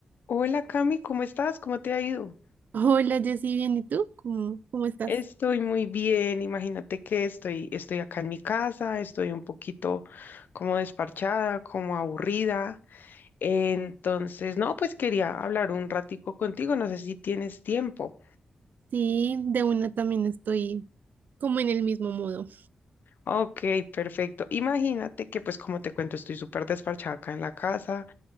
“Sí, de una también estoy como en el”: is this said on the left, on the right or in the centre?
Right